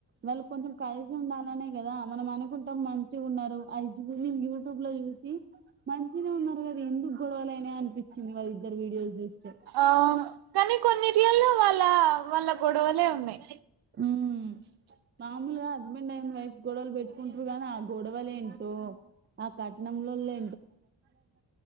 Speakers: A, on the right; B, on the right.
A: వాళ్ళు కొంచెం కలిసి ఉండాలనే కదా మనం అనుకుంటాం మంచి ఉన్నారు అది చూసి యూట్యూబ్ లో చూసి మంచినే ఉన్నారు కదా ఎందుకు గొడవలు అయినాయి అనిపించింది వాళ్ళ ఇద్దరు వీడియోస్ చూస్తే
B: అవును కానీ కొన్నిటిల్లో వాళ్ళ వాళ్ళ గొడవలే ఉన్నాయి
A: ఉమ్ మాముూగా హస్బెండ్ అండ్ వైఫ్ గొడవల్లు పెట్కుంట్ర గనా ఆ గొడవల్ ఎంటో ఆ కట్నం లొల్లి